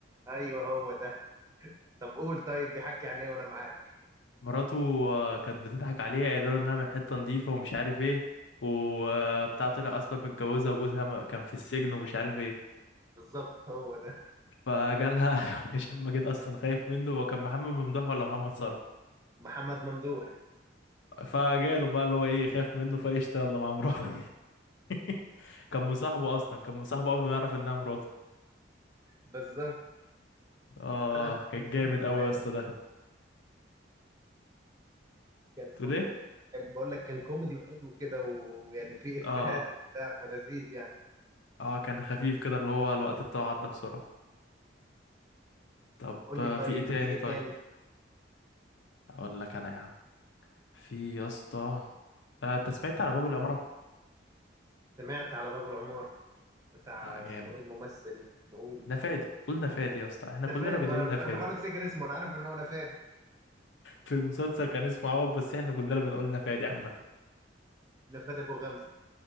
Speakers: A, on the right (about 20°); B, on the left (about 75°).
A: ايوه هو ده طب قول طيب بيحكي عن ايه وانا معاك
B: مراته آه، كانت بتضحك عليه قايله له انها من حته نظيفه ومش عارف ايه وبتاع طلع اصلا متجوزه وجوزها ما- كان في السجن ومش عارف ايه
A: بالظبط هو ده
B: فجالها <laughs> هشام ماجد اصلا خايف منه هو كان محمد ممدوح ولا محمد ثروت
A: محمد ممدوح
B: فجاله بقى اللي هو ايه خايف منه فقشطه يلا مع مراته <laughs> كان مصاحبه اصلا كان مصاحبه قبل ما يعرف انها مراته
A: بالظبط
B: اه
A: لا لا هو
B: كان
A: كان كوميدي
B: جامد قوي
A: حلو
B: يا اسطى ده
A: كان كوميدي
B: تقول ايه
A: حلو. بقول لك كان كوميدي وحلو كده و- ويعني فيه افيهات
B: اه
A: وبتاع فلذيذ يعني
B: اه كان خفيف كده اللي هو الوقت بتاعه عدى بسرعه طب
A: قول
B: آه،
A: لي طيب
B: في ايه تاني
A: في ايه
B: طيب
A: تاني
B: اقول لك انا يا عم في يا اسطى آه، انت سمعت على باب العماره
A: سمعت على باب العمارة بتاع
B: لا جامد
A: اسمه ايه الممثل نقول
B: نفادي قلنا فادي يا اسطى احنا
A: نفادي
B: كلنا بنقول
A: ما انا
B: نفادي
A: انا بحاول افتكر اسمه انا عارف ان هو نفادي
B: في المسلسل كان اسمه عوض بس احنا كلنا بنقول نفادي عامة
A: نفادي ابو غمزه